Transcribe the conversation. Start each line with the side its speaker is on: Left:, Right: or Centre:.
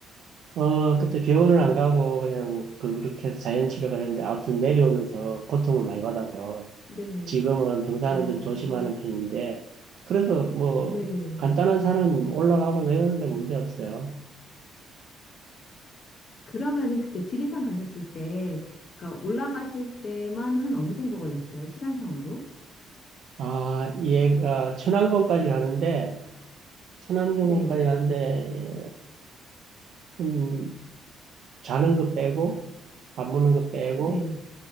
Right: 어 그때 병원을 안 가고 그냥 그- 그렇게 해서 자연 치료가 됐는데 아무튼 내려오면서 고통을 많이 받아서
Left: 네.
Right: 지금은 등산은
Left: 아,
Right: 좀 조심하는 편인데, 그래서 뭐,
Left: 네.
Right: 간단한 산은 올라가고 내려오는데 문제 없어요.
Left: 그러면은 그때 지리산 가셨을 때, 그러니까 올라가실 때만 한 어느 정도 걸렸어요? 시간상으로?
Right: 아, 예, 아, 천왕봉까지 가는데, 천왕봉까지
Left: 네.
Right: 가는데, 음, 자는 거 빼고, 밥 먹는 거 빼고,
Left: 네.